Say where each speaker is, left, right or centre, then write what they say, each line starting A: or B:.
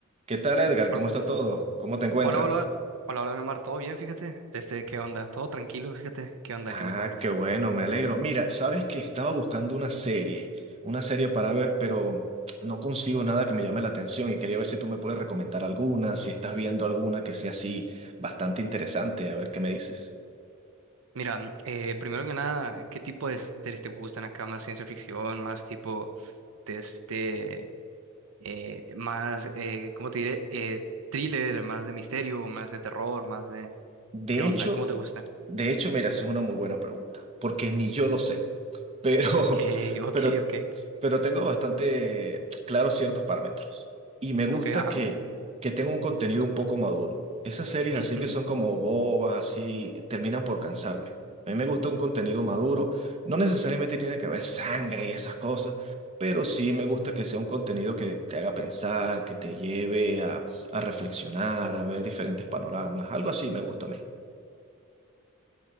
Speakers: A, on the right (about 30°); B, on the right (about 70°).
A: ¿Qué tal, Edgar?
B: Hol-
A: ¿Cómo está todo? ¿Cómo te encuentras?
B: Hola, hola, hola, hola, Neomar, ¿todo bien? Fíjate, desde qué onda, todo tranquilo, fíjate, qué onda,
A: Ah,
B: qué me cuentas.
A: qué bueno, me alegro. Mira, sabes que estaba buscando una serie, una serie para ver, pero no consigo nada que me llame la atención y quería ver si tú me puedes recomendar alguna, si estás viendo alguna que sea así bastante interesante, a ver qué me dices.
B: Mira, mm, eh, primero que nada, ¿qué tipo de series te gustan acá? ¿Más ciencia ficción, más tipo de este, eh, más, eh, ¿cómo te diré? Eh, thriller, más de misterio, más de terror, más de...
A: De
B: ¿Qué onda?
A: hecho,
B: ¿Cómo te gustan?
A: de hecho, mira, esa es una muy buena pregunta, porque ni yo lo sé, pero, <laughs>
B: Ok, <laughs> ok,
A: pero,
B: ok,
A: pero tengo bastante claros ciertos parámetros y me gusta
B: ok, ajá,
A: que, que tenga un contenido un poco maduro. Esas series
B: ujú,
A: así que son como bobas, así, terminan por cansarme. A mí me gusta un contenido maduro, no necesariamente tiene que haber sangre y esas cosas, pero sí me gusta que sea un contenido que te haga pensar, que te lleve a a reflexionar, a ver diferentes panoramas, algo así me gusta a mí.